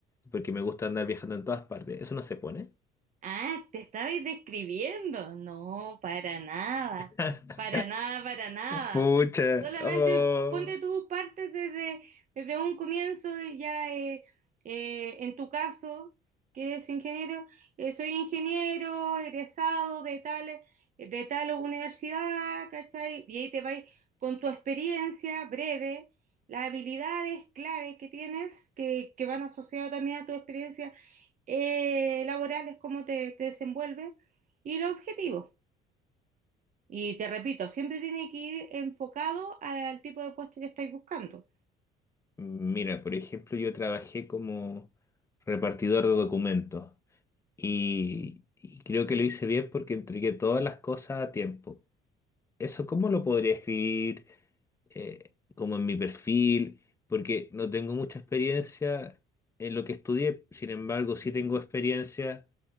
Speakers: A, on the left; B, on the right.
A: porque me gusta andar viajando en todas partes. Eso no se pone.
B: Ah, te estabas describiendo. No, para nada.
A: <laughs>
B: Para nada, para nada.
A: Pucha.
B: Solamente
A: Oh.
B: ponte tú partes desde, desde un comienzo y ya eh, eh, en tu caso, que es ingeniero, eh, soy ingeniero, egresado de tal, de tal universidad, ¿cachai? Y ahí te vas con tu experiencia breve, las habilidades clave que tienes, que, que van asociadas también a tu experiencia eh, laborales, cómo te, te desenvuelves y los objetivos. Y te repito, siempre tiene que ir enfocado al tipo de puesto que estáis buscando.
A: Mira, por ejemplo, yo trabajé como repartidor de documentos y, y creo que lo hice bien porque entregué todas las cosas a tiempo. eso, ¿cómo lo podría escribir eh, como en mi perfil? Porque no tengo mucha experiencia en lo que estudié, sin embargo, sí tengo experiencia